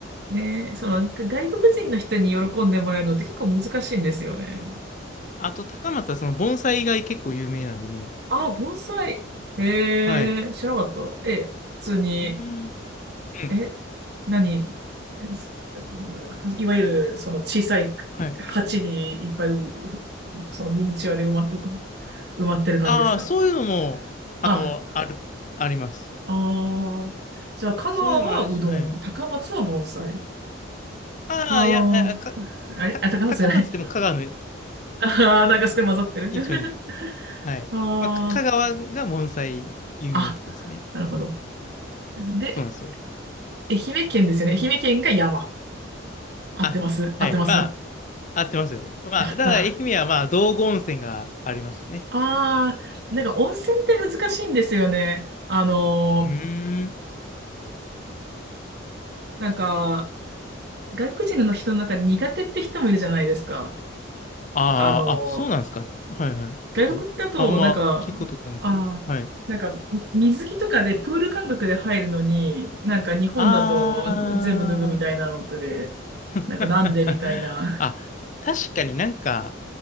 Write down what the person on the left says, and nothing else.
あと、高松はその盆栽が結構有名なんでね。
はい。う
ーん。うん。
はい。
ああ、そういうのも、あの、
ある、あります。
そういうのもあるし、はい。
ああ、
いや、あか、
た、
高松でも香川の <laughs>
一番で。
はい。
まあ、か香川が盆栽有名なとこですね。
そうなんですよ。
あ、はい。
まあ、
合ってますよ。まあ、
ただ愛媛はまあ、道後温泉がありますよね。
うーん。
あーあ、
そうなんですか。はいはい。
ちょっと、あんま聞くことがなくて。
はい。
ああ。<laughs>
あ、確かになんか、